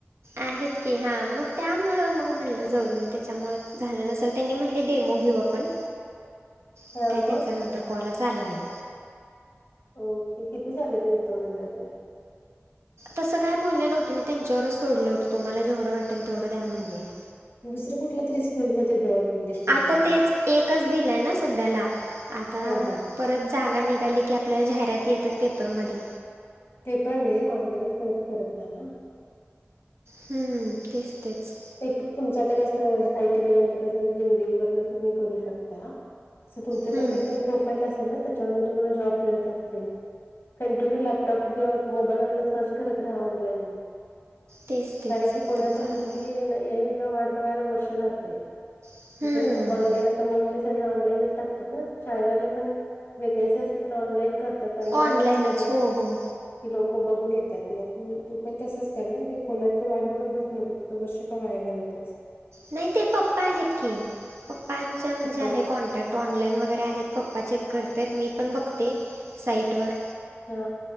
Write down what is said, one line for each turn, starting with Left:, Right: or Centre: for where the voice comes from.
Right: आहेतं की हां मंग त्यांमुळं मंग म्हनलं जाऊं दे मंग त्यांच्यामुळेच झालं नसेल त्यांनी म्हणले डेमो घेऊ आपणं.
Left: हा
Right: पणं कायं
Left: मग.
Right: त्यांचा नंतर कॉलच आंला नाहीं.
Left: ओके किती झालं तुमचं मंडळच म्हणल्यां त्यां
Right: तसं कायं बोलले नव्हते मी त्यांच्यावरच सोडलं होतं तुम्हांला जेवढं वाटेल तेवढं द्यां म्हनलेले
Left: दुसरे कुठल्यां तरी स्कूंलमंध्ये बघं इंग्लिश मिडियमच्या.
Right: आता तेच एकच दिलाय ना सध्याला आता
Left: हा हा
Right: परत जागा निघाली की आपल्याला जाहिराती येतात पेपरमध्ये.
Left: ते पण ये, ऑनलाईन सर्च करत रहा ना
Right: हम्म तेच तेच
Left: एक तुमच आता कसं आय टी वाल्यांच कसं लिंडिंग वरना तुम्ही करू शकता. अस तुमच
Right: हम्म,
Left: पण कायतरी प्रोफाईल असल ना त्याच्यावरन तुम्हाला जॉब मिळत असतील. कंटिन्यू लॅपटॉप किंवा मोबाईलवरन सर्च करत राहा ऑनलाईन.
Right: तेच तेच
Left: कारण
Right: आता
Left: की कोणाचा
Right: चालू
Left: माहित हेना एवीजा वाट बघायला वर्ष जातंय
Right: आहे
Left: म तेच तू ऑनलाईन आता मोस्टली सगळे ऑनलाईनच टाकतात ना शाळेवाले पण वेकन्सी असेल तर ऑनलाइन कर तात कारण की
Right: ऑनलाईनच
Left: त्यांना माहिती ये
Right: हो हो
Left: की लोक बघून येतात मग तू तू पण तसंच कर ना ते कॉलाच वाट बघत बसू नको तू वर्षे का वाया घालवतेस?
Right: नाय ते पप्पा आहेत की पप्पांच्या म्हणजे
Left: पण
Right: आहे कॉन्टॅक्ट ऑनलाईन वगैरे आहेत पप्पा चेक करतायेत मी पण बघते साईटवर
Left: हा